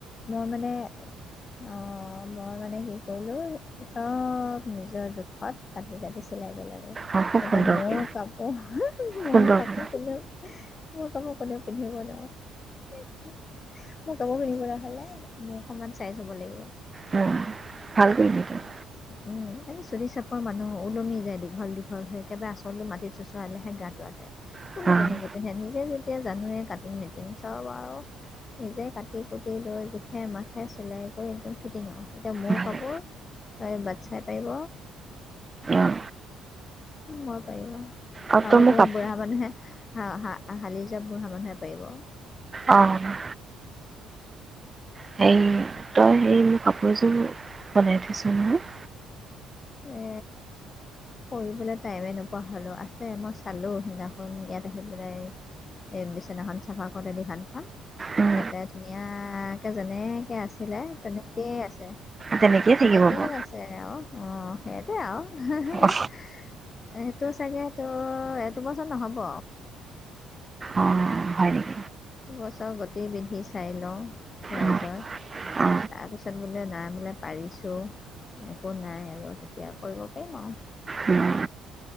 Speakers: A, on the left; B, on the right.
A: মই মানে অ', মই মানে কি কৰিলো, চব নিজৰ জোখত কাটি-কাটি চিলাই পেলালো।
B: অঁ খুব
A: এতিয়া
B: সুন্দৰকৈ
A: মোৰ কাপোৰ, মোৰ
B: সুন্দৰকৈ
A: কাপোৰ কোনেওঁ মোৰ কাপোৰ কোনেও পিন্ধিব নোৱাৰে। মোৰ কাপোৰ পিন্ধিবলৈ হ'লে, মোৰ সমান চাইজ হব লাগিব।
B: উম। ভাল কৰিলি তই।
A: উম, এ চুটি চাপৰ মানুহ ওলমি যায়। দীঘল- দীঘল হৈ একেবাৰেই আচলটো মাটিত চোচৰালেহে গাটো আতে।
B: অ'।
A: <unintelligible> নিজে যেতিয়া জানোৱেই নিজে কাটিং মেটিং চব আৰু নিজে কাটি-কুটি লৈ জোখে- মাখে চিলাই কৰি একদম ফিটিং আৰু। এতিয়া মোৰ
B: ভালে
A: কাপোৰ বাটচাই পাৰিব,
B: অঁ
A: মই পাৰিব আৰু। আকৌ
B: অ তই মোক
A: কিবা
B: কাপ
A: বুঢ়া মানুহে, হালি যোৱা বুঢ়া মানুহে পাৰিব।
B: অ'। হেৰি, তই হেৰি মোৰ কাপোৰযোৰ বনাই থৈছ নহয়?
A: এ কৰিবলৈ টাইমেই নোপোৱা হ'লোঁ। আছে মই চালোঁ সেইদিনাখন ইয়াত আহি পেলাই এই বিচনাখন চাফা কৰে দিভানখন,
B: উম
A: তাতে, ধুনীয়াকে যেনেকে আছে <unintelligible> তেনেকেই আছে,
B: তেনেকেই
A: তেনেকে
B: থাকিব বাৰু
A: আছে। সেই আৰু অ', সেইটোৱে আৰু।
B: অ
A: সেইটো চাগৈ তোৰ, এইটো বছৰ নহ'ব।
B: অ', হয় নেকি?
A: বছৰ গতি বিধি চাই লওঁ ৰাইজৰ।
B: অ অ
A: তাৰ পিছত বোলে, নাই বোলে পাৰিছোঁ। একো নাই আৰু তেতিয়া কৰিব পাৰিম আৰু।
B: উম।